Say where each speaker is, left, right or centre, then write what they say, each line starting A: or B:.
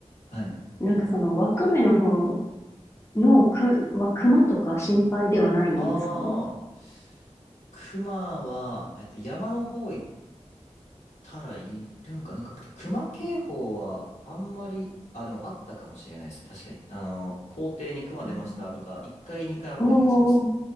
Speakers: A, on the left; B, on the left.
A: はい。
B: なんかその、稚内の方のく、は熊とか心配ではないんですか
A: ああ、熊は、えっと、山の方行たらいるんか、なんか、熊警報はあんまり、あ、でもあったかもしれないですね。確かに。あの、校庭に熊出ましたとか、
B: うん
A: 1回、2回あった気がします。
B: おー、